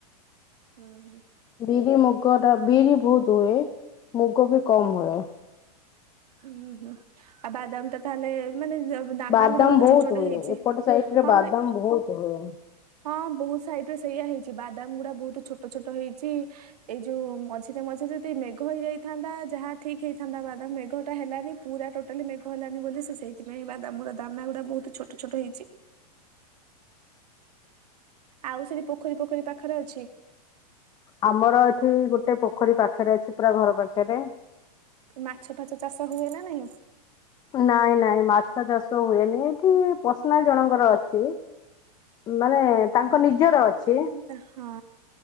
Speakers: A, on the right; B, on the left.
A: ହୁଁ ହୁଁ।
B: ବିରି ମୁଗଟା ବିରି ଭୋଉତ ହୁଏ ମୁଗ ବି କମ ହୁଏ।
A: ଉଁ ହୁଁ ଆ ବାଦାମ ତ ତାହେଲେ ମାନେ ଦାନାଗୁଡା
B: ବାଦାମ
A: ବୋଧେ
B: ବହୁତ
A: ଛୋଟଛୋଟ
B: ହୁଏ
A: ହେଇଚି
B: ଏପଟ ସାଇଡ ରେ
A: ହଁ
B: ବାଦାମ
A: ଏ
B: ବହୁତ ହୁଏ।
A: ହଁ ବୋହୁତ ସାଇଡ଼ରେ ସେଇଆ ହେଇଚି ବାଦାମଗୁଡା ବୋହୁତ ଛୋଟଛୋଟ ହେଇଚି। ଏଇ ଯୋଉ ମଝିରେ ମଝିରେ ଦି ମେଘ ହେଇଯାଇଥାନ୍ତା ଯାହା ଠିକ ହେଇଥାନ୍ତା ବାଦାମ ମେଘ ହେଲାନି ପୁରା ଟୋଟାଲି ମେଘ ହେଲାନି ବୋଲି ସେ ସେଇଥିପାଇଁ ବାଦାମଗୁଡା ଦାନାଗୁଡ଼ା ବୋହୁତ ଛୋଟଛୋଟ ହେଇଚି। ଆଉ ସେରି ପୋଖରୀ ଫୋଖରୀ ପାଖରେ ଅଛି?
B: ଆମର ଏଠି ଗୋଟେ ପୋଖରୀ ପାଖରେ ଅଛି ପୁରା ଘର ପାଖରେ।
A: ମାଛଫାଛ ଚାଷ ହୁଏ ନା ନାହିଁ?
B: ନାଇଁ ନାଇଁ ମାଛଚାଷ ହୁଏନି ଏଠି ପସନାଲ୍ ଜଣଙ୍କର ଅଛି। ମାନେ ତାଙ୍କ ନିଜର ଅଛି।
A: ଏ ହଁ।